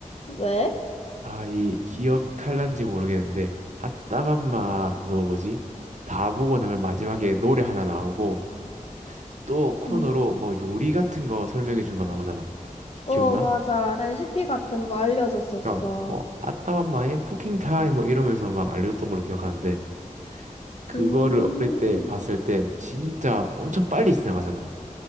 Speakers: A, on the left; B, on the right.
A: 왜?
B: 아, 이 기억할란지 모르겠는데 아따맘마 그거 뭐지? 다 보고 나면 마지막에 노래 하나 나오고 또 코너로
A: 음.
B: 뭐 요리 같은 거 설명해 준 거 나오잖아.
A: 어,
B: 기억나?
A: 맞아. 레시피 같은 거 알려줬었어.
B: 그러니까 뭐 아따맘마의 쿠킹 타임 뭐 이러면서 막 알려줬던 걸로 기억하는데 그거를
A: 음,
B: 어릴 때 봤을 때 진짜 엄청 빨리 지나가잖아.